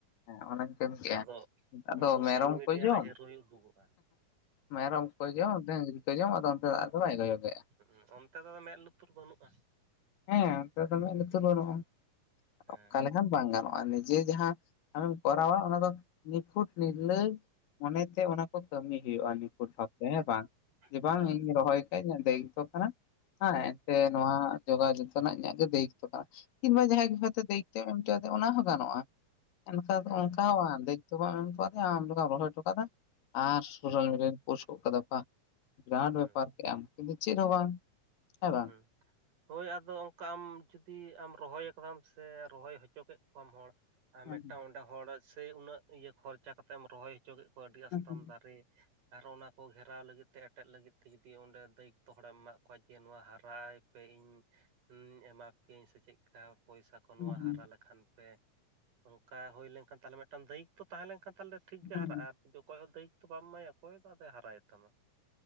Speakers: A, on the left; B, on the right.
A: ᱦᱮᱸ ᱚᱱᱟᱧ ᱠᱟᱹᱢᱤ ᱠᱮᱫᱮᱜᱼᱟ
B: ᱟᱫᱚ
A: ᱟᱫᱚ
B: ᱥᱳᱥᱟᱞ
A: ᱢᱮᱨᱚᱢ
B: ᱢᱤᱰᱤᱭᱟ
A: ᱠᱚ ᱡᱚᱢ
B: ᱨᱮ ᱦᱤᱨᱳᱭ ᱩᱫᱩᱜᱚᱜᱼᱟ
A: ᱢᱟᱭᱨᱚᱢᱠᱚ ᱡᱚᱢ ᱰᱟᱺᱨᱤ ᱠᱚ ᱡᱚᱢ ᱚᱱᱛᱮ ᱫᱚ ᱟᱫᱚ ᱵᱟᱝ ᱠᱚᱭᱚᱜᱮᱫ
B: ᱦᱩ ᱚᱱᱛᱮ ᱫᱚ ᱢᱮᱫ ᱞᱩᱛᱩᱨ ᱵᱟᱹᱱᱩᱜᱼᱟ
A: ᱦᱮᱸ ᱚᱱᱛᱮ ᱫᱚ ᱢᱮᱫ
B: ᱦᱮᱸ
A: ᱞᱩᱛᱩᱨ ᱵᱟᱹᱱᱩᱜᱼᱟ
B: ᱦᱩᱸ
A: ᱚᱱᱠᱟ ᱞᱮᱠᱷᱟᱱ ᱵᱟᱝ ᱜᱟᱱᱚᱜᱼᱟ ᱱᱤᱡᱮ ᱡᱟᱦᱟᱸ ᱟᱢᱮᱢ ᱠᱚᱨᱟᱣᱟ ᱚᱱᱟ ᱫᱚ ᱱᱤᱯᱷᱩᱴ ᱱᱤᱨᱤᱞᱟᱹᱭ ᱢᱚᱱᱮᱛᱮ ᱚᱱᱟ ᱠᱚ ᱠᱟᱹᱢᱤ ᱦᱩᱭᱩᱜᱼᱟ ᱱᱩᱠᱩ ᱴᱷᱟᱣ ᱦᱮᱸ ᱵᱟᱝ
B: ᱦᱩᱸ
A: ᱡᱮ
B: ᱦᱮᱸ
A: ᱵᱟᱝ ᱤᱧ ᱨᱚᱦᱚᱭ ᱠᱷᱟ ᱤᱧᱟᱹᱜ ᱫᱟᱭᱤᱛᱚ ᱠᱟᱱᱟ ᱦᱮᱸ ᱮᱱ ᱥᱮ ᱱᱚᱣᱟ ᱡᱚᱜᱟᱣ ᱡᱚᱛᱚᱱᱟᱜ ᱤᱧᱟᱹᱜ ᱜᱮ ᱫᱟᱹᱭᱤᱛᱚ ᱠᱟᱱᱟ ᱠᱤᱵᱟ ᱡᱟᱦᱟᱸᱭ ᱦᱚᱭ ᱫᱟᱭᱤᱛ ᱮᱢ ᱦᱚᱫᱮ ᱚᱱᱟ ᱦᱚᱸ ᱜᱟᱱᱚᱜᱼᱟ ᱚᱱᱠᱟ
B: ᱦᱮᱸ
A: ᱚᱱᱠᱟ ᱦᱚᱸ ᱵᱟᱝ ᱫᱟᱹᱭᱤᱛᱚ ᱵᱟᱝ ᱮᱢ ᱟᱠᱟᱫᱤᱧᱟᱢ ᱟᱢ ᱞᱮᱠᱟ ᱨᱚᱦᱚᱭ ᱚᱪᱚᱭ ᱢᱮ ᱟᱨ ᱥᱳᱥᱟᱞ ᱢᱤᱰᱤᱭᱟᱧ ᱯᱳᱴᱥ ᱜᱚᱫ ᱠᱟᱫᱟ ᱵᱟᱝ ᱵᱤᱨᱟᱴ
B: ᱦᱩᱸ
A: ᱵᱮᱯᱟᱨ ᱠᱮᱫ ᱟᱢ ᱪᱮᱫ ᱦᱚ ᱸᱵᱟᱝ <unintelligible>
B: <inaudible> ᱦᱚᱭ ᱟᱫᱚ ᱚᱱᱠᱟ ᱟᱢ ᱡᱩᱫᱤ ᱟᱢ ᱨᱚᱦᱚᱭ ᱠᱟᱫᱟᱢ ᱥᱮ ᱨᱚᱦᱚᱭ ᱦᱚᱪᱚ ᱠᱮᱫ ᱠᱚᱣᱟᱢ ᱦᱚᱲ ᱟᱨ
A: ᱦᱩᱸ
B: ᱢᱤᱫᱴᱟᱝ ᱚᱸᱰᱮ ᱦᱚᱲ ᱥᱮ ᱩᱱᱟᱹᱜ ᱤᱭᱟᱹ ᱠᱷᱚᱨᱪᱟ ᱠᱟᱛᱮ ᱮᱢ ᱨᱚᱦᱚᱭ ᱦᱚᱪᱚ ᱠᱮᱫ ᱠᱚᱣᱟ ᱟᱹᱰᱤ ᱟᱥᱛᱢ
A: ᱦᱩᱸ ᱦᱩᱸ
B: ᱫᱟᱨᱮ ᱟᱨ ᱚᱱᱟ ᱠᱚ ᱜᱷᱮᱨᱟᱣ ᱞᱟᱹᱜᱤᱫ ᱛᱮ ᱮᱴᱮᱫ ᱞᱟᱹᱜᱤᱫ ᱛᱮ ᱡᱩᱫᱤ ᱚᱸᱰᱮ ᱫᱟᱹᱭᱤᱛᱚ ᱦᱚᱲᱮᱢ ᱮᱟᱜ ᱠᱚᱣᱟ ᱡᱮ ᱱᱚᱣᱟ ᱦᱚ <unintelligible> ᱯᱮ ᱤᱧ ᱮᱢᱟ ᱯᱮᱭᱟᱧ ᱥᱮ ᱪᱮᱫᱠᱟ ᱯᱚᱭᱥᱟ ᱠᱚ
A: ᱦᱩᱸ
B: ᱱᱚᱣᱟ
A: ᱦᱩᱸ
B: ᱦᱟᱨᱟ ᱞᱮᱠᱷᱟᱱ ᱯᱮ ᱚᱱᱠᱟ ᱦᱩᱭ ᱞᱮᱱᱠᱷᱟᱱ ᱛᱟᱦᱚᱞᱮ ᱢᱤᱫᱴᱟᱝ ᱫᱟᱹᱭᱤᱛ ᱛᱚ ᱛᱟᱦᱮᱸ ᱞᱮᱱᱠᱷᱟᱱ ᱛᱟᱦᱚᱞᱮ ᱴᱷᱤᱠ ᱜᱮ
A: ᱦᱩᱸ ᱦᱩᱸ
B: ᱦᱟᱨᱟᱜᱼᱟ ᱡᱩᱫᱤ ᱚᱠᱚᱭ ᱦᱚᱸ ᱫᱟᱹᱭᱤᱛ ᱟᱫᱚ ᱵᱟᱢ ᱢᱟᱭᱟ ᱚᱠᱚᱭ ᱥᱟᱶᱛᱮ ᱦᱟᱨᱟᱭᱮᱱ ᱛᱟᱢᱟ᱾